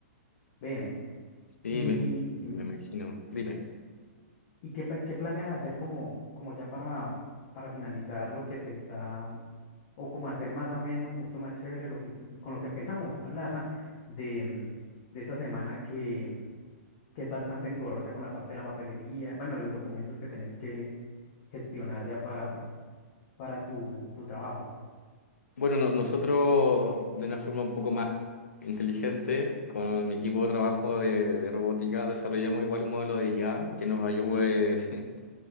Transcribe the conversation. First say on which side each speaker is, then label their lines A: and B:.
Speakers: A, on the left; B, on the left.
A: Bien,
B: Sí,
A: y
B: me,
A: em,
B: me imagino. Dime.
A: ¿Y qué, pa- qué planeas hacer como, como ya para, para finalizar lo que te está, o como hacer más ameno, mucho más chévere lo que, con lo que empezamos a hablar <laughs> de, mm, de esta semana que, mm, que es bastante engorrosa con la parte de la papelería, bueno, de los documentos que tenés que gestionar ya para, para tu, tu trabajo?
B: Bueno, no- nosotros de una forma un poco más inteligente, con mi equipo de trabajo de, de robótica, desarrollamos igual un modelo de IA que nos ayude <laughs>